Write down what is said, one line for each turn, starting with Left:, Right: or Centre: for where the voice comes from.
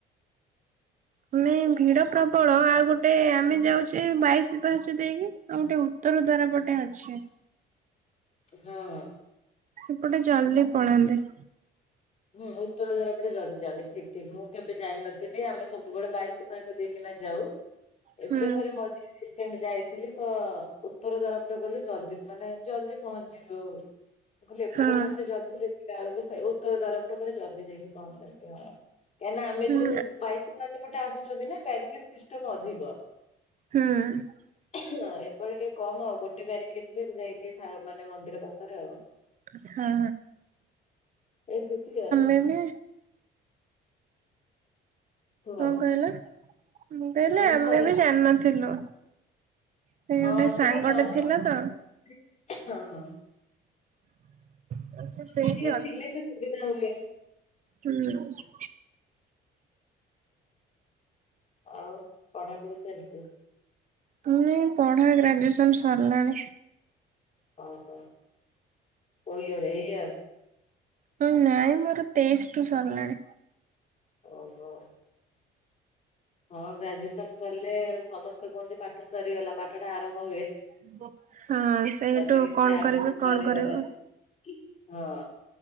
Right: ନାଇଁ ଭିଡ ପ୍ରବଳ ଆଉ ଗୋଟେ ଆମେ ଯାଉଚେ ବାଇଶି ପାହାଚ ଦେଇକି ଆଉ ଗୋଟେ ଉ ତ୍ତର ଦ୍ଵାର ଗୋଟେ ଅଛି।
Left: ଉ ହଁ।
Right: ସେପଟେ ଜଲଦି ପଳାନ୍ତି।
Left: ହୁଁ ଉତ୍ତର ଦ୍ୱାର ପଟେ ଜଲଦି ଯାଆନ୍ତି। ଠିକ୍ ଠିକ୍। ମୁଁ କେବେ ଯାଇନଥିନି ଆମେ ସବୁବେଳେ ବାଇଶି ପାହଚ ଦେଇକିନା ଯାଉ।
Right: ହୁଁ
Left: ଏବେ ଥରେ ମଝି ରିସେଣ୍ଟ ଯାଇଥିଲି ତ ଉତ୍ତର ଦ୍ୱାର ପଟେ ଗଲୁ ଜଲଦି ମାନେ ଜଲଦି ପହଞ୍ଚିି ଇଲୁ। ମୁଁ କଇଲି ଏପଟେ
Right: ହଁ
Left: ଭାରୁଥିବେ ଜଲଦି ଦେଖିଲାଳୁକୁ ସେ ଉତ୍ତର ଦ୍ୱାର ପଟେ ପୁଣି ଜଲଦି ଯାଇକି ପହଞ୍ଚନ୍ତି ହଁ। କାଇଁ ନା ଆମେ
Right: ହୁଁ
Left: ଯୋଉ ବାଇଶି ପାହାଚ ପଟେ ଆସୁଛନ୍ତି ନା ବ୍ୟାରିକେଟ୍ ସିଷ୍ଟମ୍ ଅଧିକ।
Right: ହୁଁ।
Left: <unintelligible> ଏପଟେ ଟିକେ କମ୍ ଆଉ ଗୋଟେ ବ୍ୟାରିକେଟ୍ ଯାଇକି ଠା ମାନେ ମନ୍ଦିର ପାଖରେ ଆଉ।
Right: କଥା
Left: ଏ ସେତିି ଆଉ।
Right: ଏମୁଣା
Left: କୁହ
Right: କଁ କଇଲ ମୁଁ କଇଲି
Left: ନାଇଁ
Right: ଆମେ
Left: କହିନି।
Right: ବି ଜାଣିନଥିଲୁ। ସେ ଗୋଟେ
Left: ହଁ
Right: ସାଙ୍ଗଟେ
Left: ସେଇଟା ଜ୍ଞାନ
Right: ଥିଲା
Left: ଗଣ ହେଇଥାଏ।
Right: ତ
Left: ଉଁହୁଁ। ହଁ।
Right: ସେ
Left: ଆଉ
Right: ସେଇଠି
Left: କିଏ ଟିକେ ଥିଲେ ବି ସୁବିଦା ହୁଏ।
Right: ହୁଁ।
Left: ଆଉ ପଢାପଢି ଚାଲିଚି?
Right: ହୁଁ ପଢା ଗ୍ରାଜୁଏସନ୍ ସରିଲାଣି।
Left: ଓହୋ। କୋଉ ଇୟର୍ ଏଇ ଇୟର୍?
Right: ହୁଁ ନାଇଁ ମୋର ତେଇଶଠୁ ସରିଲାଣି।
Left: ଓହୋ। ହଁ ଗ୍ରାଜୁଏସନ୍ ସରଲେ ସମସ୍ତେ କୁହନ୍ତି ପାଠ ସରିଗଲା ପାଠଟା ଆରମ୍ଭ ହୁଏ।
Right: <unintelligible> ସେଇଠୁ
Left: ଯଦି କିଛି
Right: କଣ
Left: ଆଗୁକୁ
Right: କରିବେ
Left: କରିବାର
Right: କଣ କରିବ
Left: ଅଛି। ହଁ।